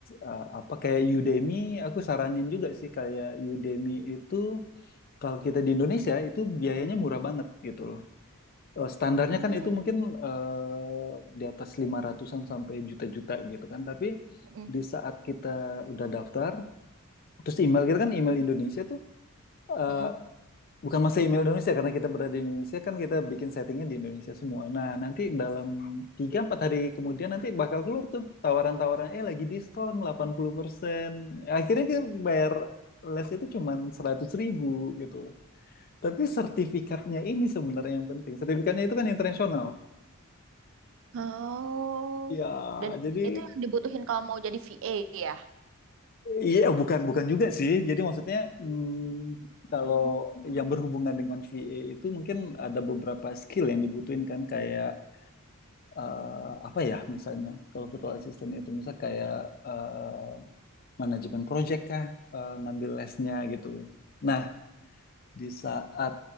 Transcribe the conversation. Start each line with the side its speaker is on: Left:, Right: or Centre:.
Left: eh, apa kayak Udemy, aku saranin juga sih kayak Udemy itu kalau kita di Indonesia itu biayanya murah banget gitu loh. Eh, standarnya
Right: Hmm.
Left: kan itu mungkin eh, di atas lima ratusan sampai juta-juta gitu kan. Tapi
Right: Mm-mm.
Left: di saat kita udah daftar, terus email kita kan email Indonesia tuh eh,
Right: Mm-mm.
Left: Bukan masa email Indonesia, karena kita berada di Indonesia, kan kita bikin settingnya di Indonesia semua. Nah, nanti dalam tiga empat hari kemudian nanti bakal keluar tuh tawaran-tawaran, eh lagi diskon 80%. Akhirnya kita bayar les itu cuman 100 ribu gitu. Tapi sertifikatnya ini sebenarnya yang penting. Sertifikatnya itu kan internasional.
Right: Oh.
Left: Ya,
Right: Dan
Left: jadi
Right: itu yang dibutuhin kalau mau jadi VA ya.
Left: iya bukan bukan juga sih. Jadi maksudnya hmm, kalau yang berhubungan dengan VA itu mungkin ada beberapa skill yang dibutuhin kan kayak eh, apa ya misalnya kalau virtual assistant itu misal kayak eh, manajemen project kah eh, ngambil lesnya gitu. Nah, di saat